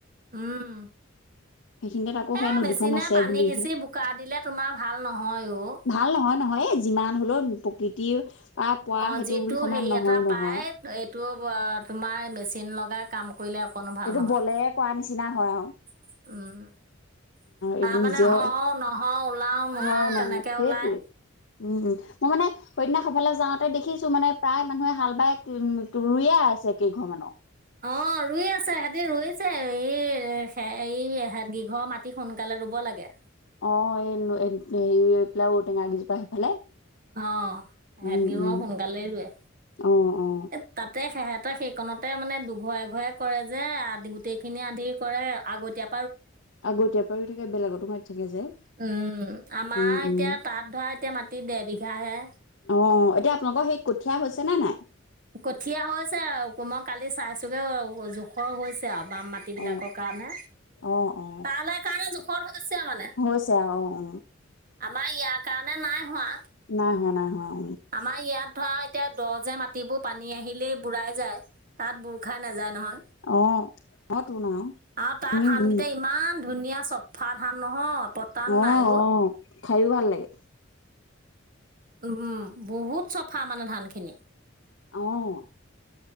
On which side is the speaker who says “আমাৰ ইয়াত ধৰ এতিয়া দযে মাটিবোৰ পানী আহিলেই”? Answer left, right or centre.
Right